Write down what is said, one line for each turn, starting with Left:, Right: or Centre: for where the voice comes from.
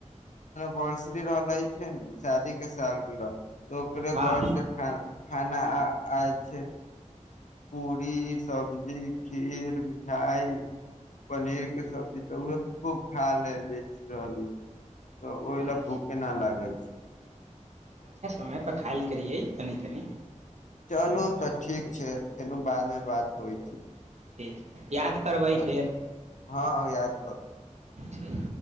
Left: बनशरी रहलाय छै ने शादी क सालगर त ओकरे
Right: हँ
Left: घर से ख खाना अछे पूरी सब्जी खीर मिठाइ पनीरके सब्जी तऽ उह खूब खा ल रहली तऽ ओहि ल
Right: अच्छा
Left: भूखे नहि लागै छै
Right: अच्छा समयपर खाय करियै तनि तनि
Left: चलू तऽ ठीक छै फेर बादमे बात होइ छै
Right: ठीक छै याद करबै
Left: चल
Right: फेर
Left: हँ याद करल
Right: ठीक।